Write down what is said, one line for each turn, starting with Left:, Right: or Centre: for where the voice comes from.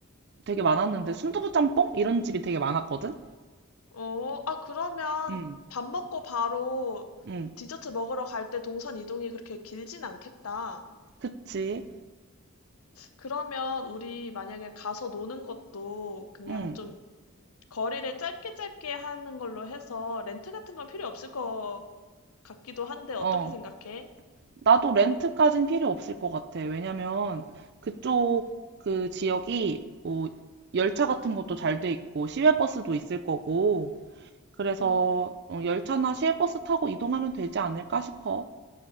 Right: 되게 많았는데 순두부 짬뽕? 이런 집이 되게 많았거든?
Left: 어, 아 그러면
Right: 응,
Left: 밥 먹고 바로
Right: 응,
Left: 디저트 먹으러 갈 때 동선 이동이 그렇게 길진 않겠다.
Right: 그치.
Left: 그러면 우리 만약에 가서 노는 것도 그냥
Right: 응,
Left: 좀 거리를 짧게 짧게 하는 걸로 해서 렌트 같은 건 필요 없을 것 같기도 한데 어떻게
Right: 어.
Left: 생각해?
Right: 나도 렌트까진 필요 없을 것 같아. 왜냐면 그쪽 그 지역이 뭐 열차 같은 것도 잘 돼 있고 시외버스도 있을 거고 그래서
Left: 응, 응.
Right: 어, 열차나 시외버스 타고 이동하면 되지 않을까 싶어.